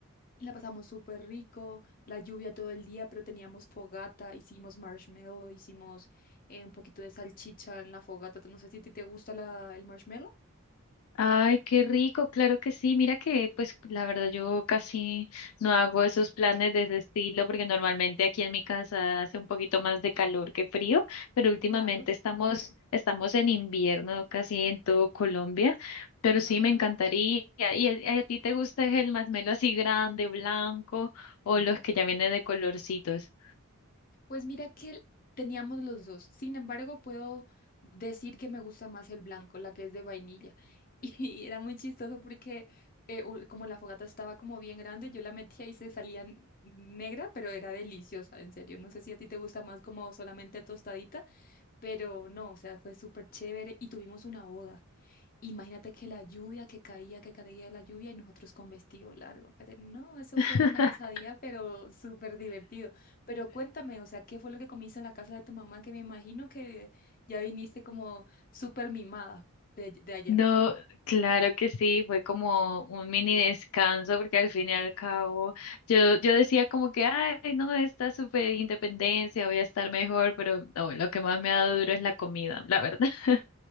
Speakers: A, on the left; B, on the left.
A: la pasamos súper rico, la lluvia todo el día, pero teníamos fogata, hicimos marshmallow, hicimos eh, un poquito de salchicha en la fogata, no sé si a ti te gusta la, el marshmallow.
B: Ay, qué rico, claro que sí. Mira que, pues, la verdad yo casi no hago esos planes de ese estilo porque normalmente aquí en mi casa hace un poquito más de calor que frío, pero últimamente
A: Claro,
B: estamos, estamos en invierno casi en todo Colombia. Pero sí,
A: ajá.
B: me encantaría. ¿Y a, y a ti te gusta el masmelo así grande, blanco o los que ya vienen de colorcitos?
A: Pues mira que teníamos los dos. Sin embargo, puedo decir que me gusta más el blanco, la que es de vainilla. <laughs> Y era muy chistoso porque eh, u- como la fogata estaba como bien grande, yo la metía y se salía n- negra, pero era deliciosa, en serio. No sé si a ti te gusta más como solamente tostadita, pero no, o sea, fue súper chévere y tuvimos una boda. Imagínate que la lluvia que caía, que caía la lluvia y nosotros con vestido largo. Kate, No, eso
B: <laughs>
A: fue una osadía, pero súper divertido. Pero cuéntame, o sea, ¿qué fue lo que comiste en la casa de tu mamá? Que me imagino que ya viniste como súper mimada de, de allá.
B: No, claro que sí, fue como un mini descanso porque al fin y al cabo yo, yo decía como que, ay, no, esta super independencia, voy a estar mejor, pero no, lo que más me ha dado duro es la comida, la verdad. <laughs>